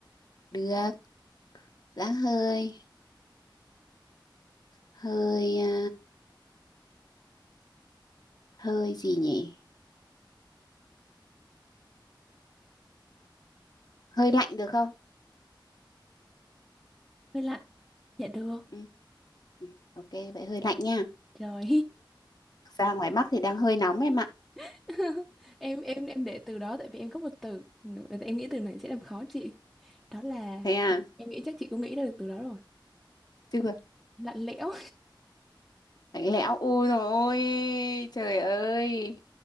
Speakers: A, on the left; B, in the centre.
A: được giác hơi hơi à, hơi gì nhỉ hơi lạnh được không
B: hơi lạnh. Dạ được.
A: ừ. ừ, ok vậy hơi lạnh nha
B: Rồi.
A: Thực ra ngoài Bắc thì đang hơi nóng em ạ
B: <laughs> em em em để từ đó tại vì em có một từ em nghĩ từ này sẽ làm khó chị đó là
A: thế à
B: em nghĩ chắc chị cũng nghĩ ra được từ đó rồi
A: Tức là
B: lạnh lẽo
A: bánh lẽo ôi rồi ôi trời ơi